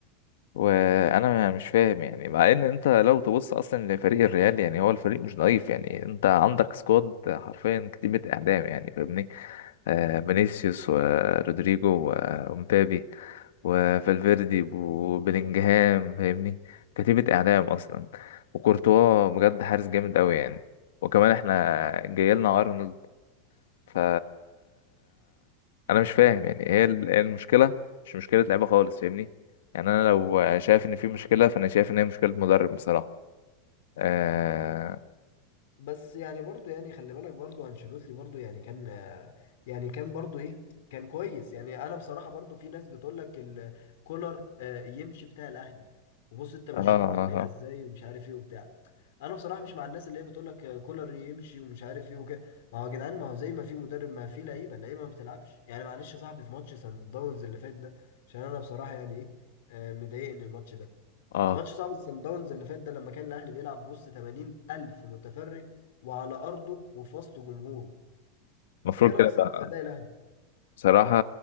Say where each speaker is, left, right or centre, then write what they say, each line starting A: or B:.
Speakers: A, on the left; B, on the left.
A: وانا مش فاهم يعني مع ان انت لو تبص اصلا لفريق الريال يعني هو الفريق مش ضعيف يعني انت عندك سكواد حرفيا كتيبة اعدام يعني فاهمني آه فينيسيوس ورودريجو ومبابي وفالفيردي وبيلينجهام فاهمني كتيبة اعدام اصلا وكورتوا بجد حارس جامد قوي يعني وكمان احنا جايلنا ارنولد ف انا مش فاهم يعني ايه ال- إيه المشكله مش مشكله لعيبه خالص فاهمني يعني انا لو شايف ان في مشكله فانا شايف ان هي مشكله مدرب بصراحه اه
B: بس يعني برضو يعني خلي بالك برضو انشيلوتي برضو يعني كان آه، يعني كان برضو ايه كان كويس يعني انا بصراحة برضو في ناس بتقول لك ال- كولر آه، يمشي بتاع الاهلي وبص انت مشوه
A: اه اه
B: بطريقة ازاي ومش عارف ايه وبتاع انا بصراحة مش مع الناس اللي هي بتقول لك آه، كولر يمشي ومش عارف ايه وكده ما هو يا جدعان ما هو زي ما في مدرب ما في لعيبة اللعيبة ما بتلعبش يعني معلش يا صاحبي في ماتش سان داونز اللي فات ده عشان انا بصراحة يعني ايه آه، مضايقني الماتش ده
A: اه
B: ماتش صعب السان داونز اللي فات ده لما كان الاهلي بيلعب بوسط 80 الف متفرج وعلى ارضه وفي وسط جمهوره
A: المفروض
B: ايه رايك
A: كده
B: صعب
A: بقى
B: في اداء الاهلي
A: بصراحه